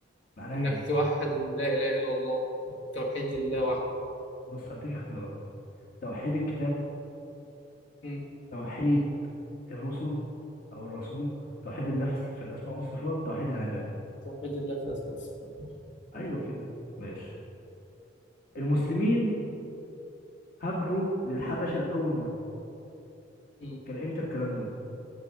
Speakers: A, on the left; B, on the left.
A: معناها
B: إنك
A: إيه
B: توحد إن لا إله إلا الله توحيد لله وحده
A: بص هديك اختيارات توحيد الكتاب
B: مم.
A: توحيد الرسل او الرسول توحيد الله في في الاسماء والصفات توحيد العباده
B: توحيد الله في أسماء الصفات
A: ايوه كده ماشي المسلمين هاجروا للحبشه لاول مره
B: مم.
A: كان امتى الكلام ده